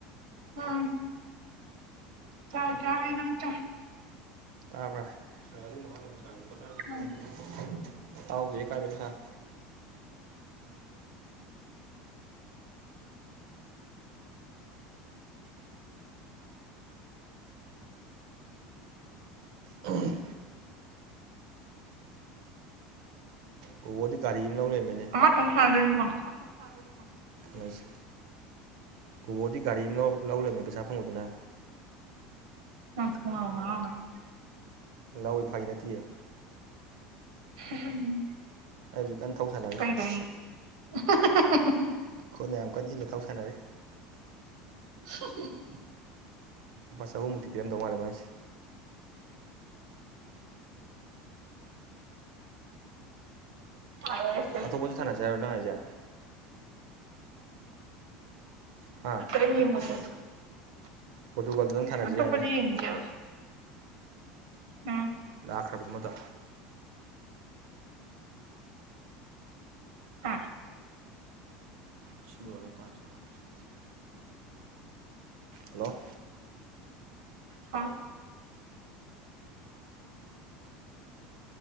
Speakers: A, on the right; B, on the right.
A: ꯎꯝ ꯆꯥꯢ ꯆꯥꯢ ꯑꯩ ꯂꯣꯢ ꯆꯥꯏ
B: ꯇꯥꯕ꯭ꯔꯥ <unintelligible>
A: ꯎꯝ
B: ꯌꯥꯎꯗ꯭ꯔꯦ ꯀꯥꯏꯗꯩꯩ ꯄꯩꯁꯅꯣ ꯎꯝ ꯀꯣꯀꯣꯗꯤ ꯒꯥꯔꯤ ꯑꯃꯥ ꯂꯧ ꯂꯩꯔꯝꯃꯦ
A: ꯑꯃꯥꯇꯪ ꯊꯥꯗꯣꯏꯅꯤꯀꯣ
B: <unintelligible> ꯀꯣꯀꯣꯗꯤ ꯒꯥꯔꯤ ꯑꯃ ꯂꯧ ꯂꯧ ꯂꯩꯔꯝꯃꯦ ꯄꯩꯁꯥ ꯐꯪꯕꯗꯨꯅ
A: <unintelligible>
B: ꯂꯧꯏ ꯐꯥꯒꯤ ꯅꯠꯇꯤꯌꯦ
A: ꯍꯝ ꯍꯝ
B: ꯑꯩ ꯍꯧꯖꯤꯛ ꯀꯟꯅ ꯊꯧ ꯁꯥꯟꯅꯔꯤ
A: ꯀꯩꯗꯩ <unintelligible>
B: ꯈꯣꯡꯅ ꯌꯥꯝ ꯀꯟꯅ ꯢꯜꯂ ꯊꯧ ꯁꯥꯟꯅꯔꯤ
A: <inaudible>
B: ꯂꯨꯄꯥ ꯆꯥꯍꯨꯝ ꯃꯨꯛꯇꯤ ꯄꯤꯔꯝꯗꯧ ꯃꯥꯜꯂꯦ ꯃꯥꯏꯁꯤ
A: <unintelligible>
B: ꯑꯇꯣꯞꯄꯁꯨ ꯊꯥꯅꯁꯦ ꯍꯥꯏꯔꯣ ꯅꯪ ꯍꯥꯏꯁꯦ ꯍꯥꯥ
A: ꯑꯩ ꯌꯦꯡꯉꯣꯁꯦ
B: ꯄꯣꯔꯇꯨꯒꯥꯜꯗꯨꯗꯪ ꯊꯥꯅꯁꯤ
A: ꯑꯇꯣꯞꯄꯗꯤ
B: ꯌꯥꯏꯅꯦ
A: ꯌꯦꯡꯅꯤꯡꯗꯦꯕ ꯎꯝ
B: ꯂꯥꯛꯈ꯭ꯔꯥꯕ ꯑꯃꯗꯣ
A: <inaudible>
B: ꯁꯤ ꯂꯣꯏꯔꯒ <unintelligible> ꯍꯜꯂꯣ
A: ꯍꯥꯎ